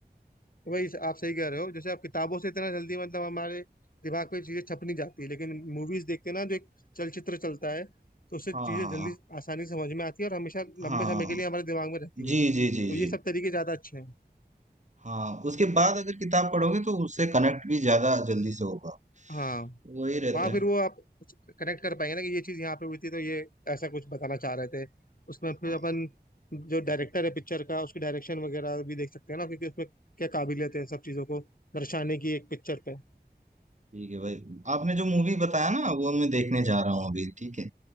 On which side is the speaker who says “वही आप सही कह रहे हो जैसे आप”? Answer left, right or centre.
Left